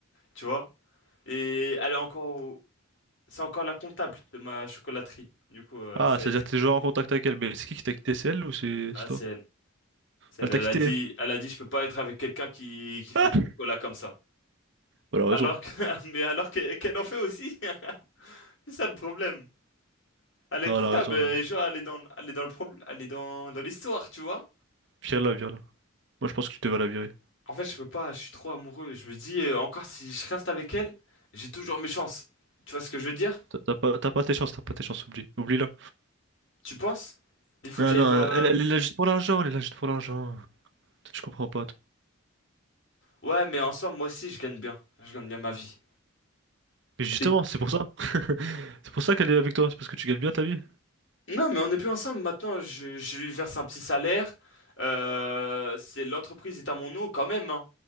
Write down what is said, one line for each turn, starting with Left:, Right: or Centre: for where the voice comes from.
Left: tu vois. Et elle est encore, au- c'est encore la comptable de ma chocolaterie. Du coup, euh,
Right: Ah,
Left: c'est
Right: c'est-à-dire
Left: c'est
Right: que
Left: compliqué.
Right: t'es toujours en contact avec elle, mais c'est qui qui t'a quitté? C'est elle ou c'est
Left: Ah,
Right: c'est toi?
Left: c'est elle. C'est
Right: Elle
Left: elle.
Right: t'a
Left: Elle
Right: quitté?
Left: a dit, elle a dit, je peux pas être avec quelqu'un qui qui fait
Right: Ah!
Left: du
Right: <laughs>
Left: chocolat comme ça.
Right: Bah, elle a raison.
Left: Alors que, <laughs> mais alors que- qu'elle en fait aussi. <laughs> C'est ça le problème. Elle est
Right: Non,
Left: comptable,
Right: elle a raison,
Left: euh,
Right: elle a raison.
Left: genre elle est dans, elle est dans le problème, elle est dans, dans l'histoire, tu vois.
Right: Vire-la, vire-la. Moi, je pense que tu devais la virer.
Left: En fait, je peux pas, je suis trop amoureux. Je me dis, euh, encore si je reste avec elle, j'ai toujours mes chances. Tu vois ce que je veux dire?
Right: T'as t'as pas, t'as pas tes chances, t'as pas tes chances, oublie. Oublie-la.
Left: Tu penses? Il faut
Right: Non,
Left: que j'aille
Right: non,
Left: voir. euh,
Right: elle, elle est là juste pour l'argent, elle est là juste pour l'argent. Toi, Tu comprends pas, toi.
Left: Ouais, mais ensemble, moi aussi, je gagne bien. Je gagne bien ma vie.
Right: Mais justement,
Left: Mais-
Right: c'est pour ça. <laughs> C'est pour ça qu'elle est avec toi, c'est parce que tu gagnes bien ta vie.
Left: Non, mais on n'est plus ensemble maintenant. Je, je lui verse un petit salaire. Euh, c'est l'entreprise est à mon nom quand même, hein.